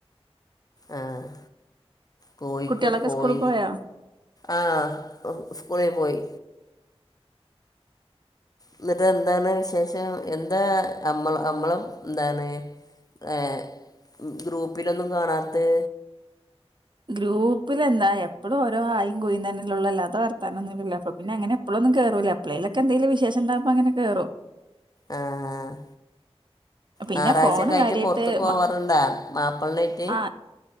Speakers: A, on the left; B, on the right.
A: ആഹ് കോയിക്ക്
B: കുട്ടികളൊക്കെ
A: കോയി
B: സ്കൂളിൽ പോയോ
A: ആഹ് സ്കൂളി പോയി എന്നിട്ട് എന്താണ് വിശേഷം എന്താ അമ്മള അമ്മളെ എന്താണ് ഏഹ് ഗ്രൂപ്പിലൊന്നും കാണാത്തെ
B: ഗ്രൂപ്പിലെന്താ എപ്പളും ഓരോ ഹായും കൂയും തന്നെല്ലൊള്ളു. അല്ലാത്ത വർത്താനൊന്നില്ലല്ലൊ. അപ്പം പിന്നെ അങ്ങനെ എപ്പളും ഒന്നും കേറൂല്ല എപ്പ്ളേലൊക്കെ എന്തങ്കിലും വിശേഷ ഇണ്ടാക്മ്പം അങ്ങനെ കേറും
A: ആഹ്
B: പിന്നെ
A: ഞാറാഴ്ചൊക്കായിട്ട്
B: ഫോണ് കാര്യായിട്ട്
A: പൊറ്ത്ത്ക്ക് പോവാറുണ്ടാ
B: മ-
A: മാപ്ലനായിട്ട്
B: ആ